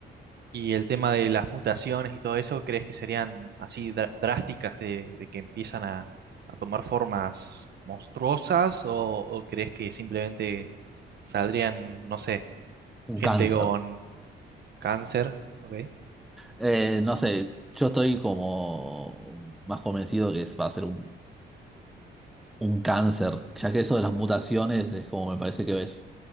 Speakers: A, on the right; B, in the centre.
A: Y el tema de las mutaciones y todo eso, ¿crees que serían así dra- drásticas de, de que empiezan a, a tomar formas monstruosas? ¿O, o crees que simplemente saldrían, no sé,
B: Un
A: gente
B: cáncer.
A: con cáncer? ¿Ok?
B: Eh, no sé, yo estoy como más convencido que va a ser un un cáncer, ya que eso de las mutaciones es como me parece que ves